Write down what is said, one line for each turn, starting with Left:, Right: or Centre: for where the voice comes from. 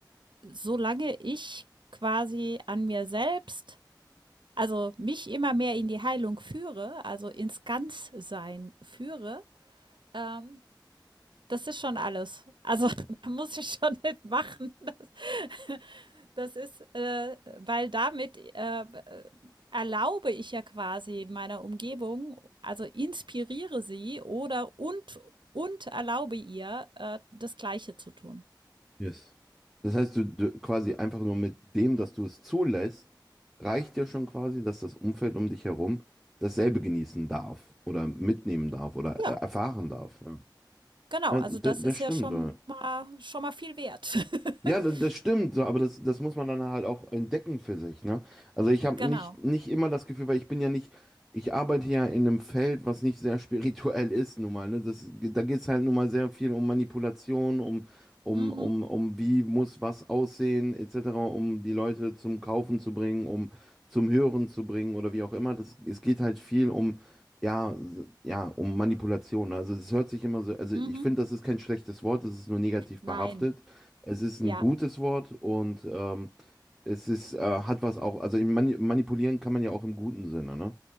Right: solange ich quasi an mir selbst also mich immer mehr in die Heilung führe, also ins Ganzsein führe, ähm, das ist schon alles. Also <laughs> muss ich schon nicht machen. Das, <laughs> das ist, äh, weil damit äh, erlaube ich ja quasi meiner Umgebung, also inspiriere sie oder und, und erlaube ihr, äh, das Gleiche zu tun.
Centre: Yes. Das heißt, du, du quasi einfach nur mit dem, dass du es zulässt, reicht dir schon quasi, dass das Umfeld um dich herum dasselbe genießen darf oder mitnehmen darf oder
Right: Ja,
Centre: äh, erfahren darf. Ja,
Right: genau.
Centre: ja
Right: Also
Centre: d-
Right: das
Centre: das
Right: ist
Centre: stimmt.
Right: ja schon
Centre: ja.
Right: mal, schon mal viel wert.
Centre: Ja,
Right: <laughs>
Centre: da- das stimmt, so, aber das, das muss man dann halt auch entdecken für sich, ne? Also ich habe
Right: genau.
Centre: nicht, nicht immer das Gefühl, weil ich bin ja nicht, ich arbeite ja in einem Feld, was nicht sehr <laughs> spirituell ist, nun mal, ne? Das, da geht es halt nun mal sehr viel um Manipulation, um, um,
Right: Mhm.
Centre: um, um wie muss was aussehen, etc., um die Leute zum Kaufen zu bringen, um zum Hören zu bringen oder wie auch immer. Das, es geht halt viel um, ja, s- ja, um Manipulation. Also es hört sich immer so, also
Right: Mhm.
Centre: ich finde, das ist kein schlechtes Wort, es ist nur negativ
Right: Nein.
Centre: behaftet. Es ist ein
Right: Ja,
Centre: gutes Wort und ähm, es ist, äh, hat was auch, also im Mani manipulieren kann man ja auch im guten Sinne, ne?